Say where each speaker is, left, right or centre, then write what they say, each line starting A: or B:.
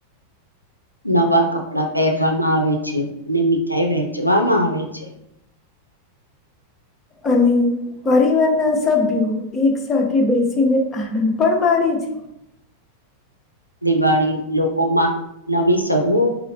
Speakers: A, on the left; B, on the left.
A: નવા કપડાં પહેરવામાં આવે છે અને મીઠાઈ વહેચવામાં આવે છે.
B: અને પરિવાર ના સભ્યો એક સાથે બેસીને આનંદ પણ મા. જી.
A: દિવાળી લોકોમાં નવી શરૂ